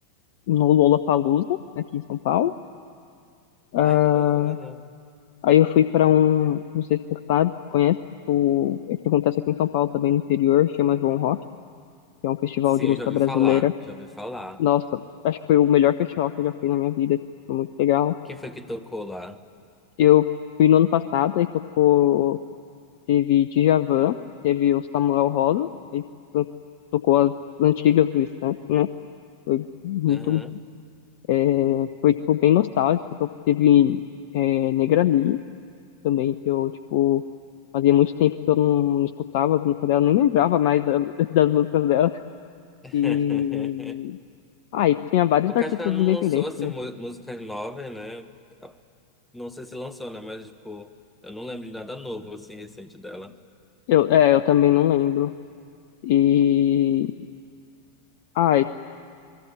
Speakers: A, on the left; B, in the centre.
A: no Lollapalooza aqui em São Paulo. Ah,
B: Ai, que bacana.
A: Aí eu fui pra um, não sei se você sabe, conhece, o, é que acontece aqui em São Paulo, também no interior, chama João Rock, que é um festival
B: Sim,
A: de música
B: eu já ouvi
A: brasileira.
B: falar, já ouvi falar.
A: Nossa, acho que foi o melhor festival que eu já fui na minha vida, tipo, foi muito legal.
B: Quem foi que tocou lá?
A: Eu fui no ano passado, aí tocou, teve Djavan, teve o Samuel Rosa, aí to- tocou as antigas do Skank, né? Foi muito,
B: Aham.
A: é, foi, tipo, bem nostálgico, to- teve é, Negra Lee, também, que eu, tipo, fazia muito tempo que eu não escutava as músicas dela, nem lembrava mais da- <laughs> das músicas dela.
B: <laughs>
A: E. Ah, e tinha vários
B: O
A: artistas
B: Cascão não
A: independentes,
B: lançou assim,
A: né?
B: mu- músicas novas, né? Não sei se lançou, né? Mas, tipo, eu não lembro de nada novo, assim, recente dela.
A: Eu, é, eu também não lembro. E. Ah, é,